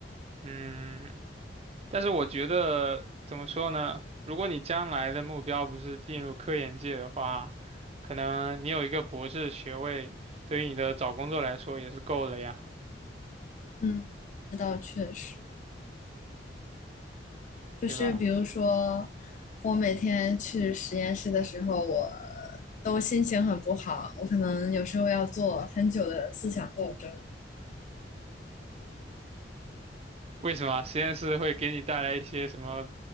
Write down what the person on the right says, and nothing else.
嗯，但是我觉得怎么说呢？如果你将来的目标不是进入科研界的话，可能你有一个博士学位，对于你的找工作来说也是够了呀，
对吧？
为什么实验室会给你带来一些什么